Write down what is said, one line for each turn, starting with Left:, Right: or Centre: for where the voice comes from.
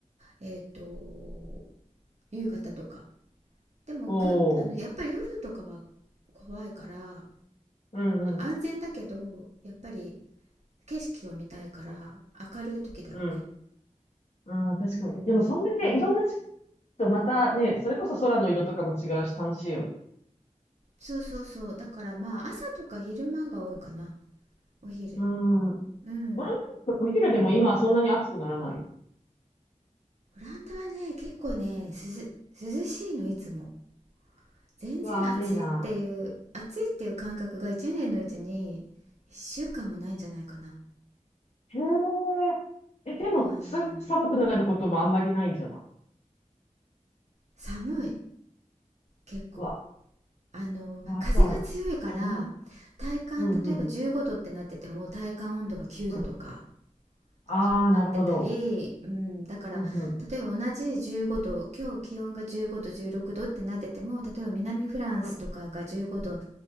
Right: えっ、ー、と夕方とかでもくあのやっぱり夜とかは
Left: おー。
Right: 怖いから、ま
Left: うん、うん、
Right: あ、安全だけどやっぱり景色を見たいから明るい時だよね
Left: うん。ああ、確かに。
Right: うんうん
Left: でも、そんだけいろんな時期とまたね、それこそ空の色とかも違うし、楽しいよ。
Right: そうそうそうだからまあ朝とか昼間が多いかなお昼
Left: うん。
Right: うん
Left: 俺、お昼でも今はそんなに暑くならない。
Right: オランダはね結構ね涼涼しいのいつも全然暑いっていう暑いっていう感覚が1年のうちに1週間もないんじゃないかな
Left: うわあ、いいな。へえ。え、でも、
Right: うん
Left: す、寒くなることもあんまりないんじゃない
Right: 寒い結構
Left: うわ、
Right: あの風が強いから体感例えば15度ってなってても体感温度が9度とか
Left: うわ、じゃあ、すん、うん、うん、うん。ああ、
Right: そうなってたり、
Left: なるほど。
Right: うん、だから例えば同じ15度今日気温が15度16度ってなってても例えば南フランスとかが15度
Left: うん、うん、うん、